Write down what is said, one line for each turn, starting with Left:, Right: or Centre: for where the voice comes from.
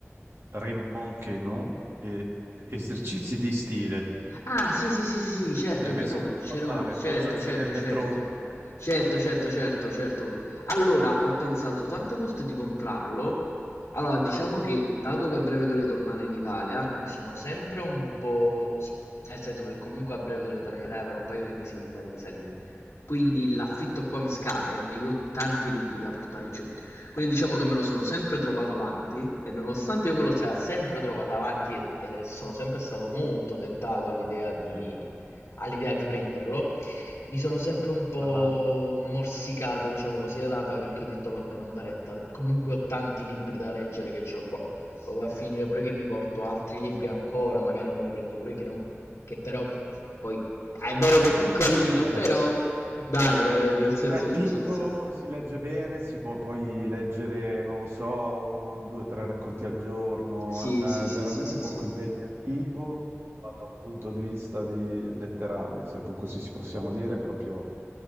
Right: Raymond Queneau, e Esercizi
Left: Che no.
Right: di stile.
Left: Ah, sì, sì, sì, sì, sì, certo
Right: Ne hai mai
Left: che
Right: sentito
Left: no, ce
Right: parlare?
Left: no, certo,
Right: O Zazzini
Left: certo,
Right: nel metro?
Left: certo, certo, certo, certo, certo. Allora, ho pensato tante volte di comprarlo. Allora, diciamo che, dato
Right: Eh,
Left: che a breve dovrei tornare in Italia, mi sono sempre un po'...
Right: mm,
Left: s- Nel senso che comunque a breve dovrei tornare in Italia per un paio di mesi prima di risalire. Quindi l'affitto qua mi scade e io ho tanti libri da portare giù. Quindi diciamo che me lo sono sempre trovato avanti e nonostante io me lo sia sempre trovato avanti e, e sono sempre stato molto tentato all'idea
Right: Nelle-
Left: di, all'idea di prenderlo, mi sono sempre un po'
Right: Ah,
Left: morsicato, diciamo così, le labbra perché ho detto vabbè, non da retta, comunque ho tanti libri da leggere che ho qua. Poi va a finire pure che mi porto altri libri ancora, magari me ne prendo pure che no, che però poi è vero che è piccolino,
Right: No, de-
Left: però dai, eh, nel senso...
Right: È piccolo,
Left: so, so
Right: si legge bene, si può poi leggere, non lo so, un, due, tre racconti al giorno,
Left: sì,
Right: è
Left: sì, sì,
Right: veramente
Left: sì, sì,
Right: poco
Left: sì.
Right: impegnativo ma da un punto di vista di- letterale, se po- così si possiamo dire, proprio